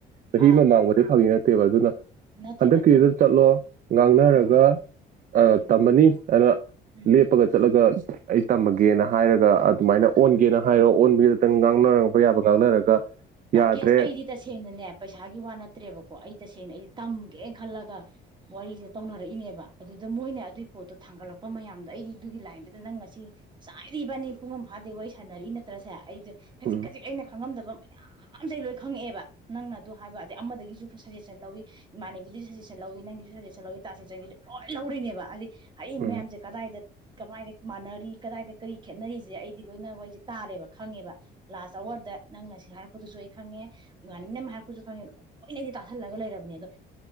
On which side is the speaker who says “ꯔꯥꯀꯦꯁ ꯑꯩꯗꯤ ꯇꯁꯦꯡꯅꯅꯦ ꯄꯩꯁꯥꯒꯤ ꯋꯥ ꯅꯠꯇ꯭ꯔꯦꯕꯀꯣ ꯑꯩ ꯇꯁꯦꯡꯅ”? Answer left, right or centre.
Right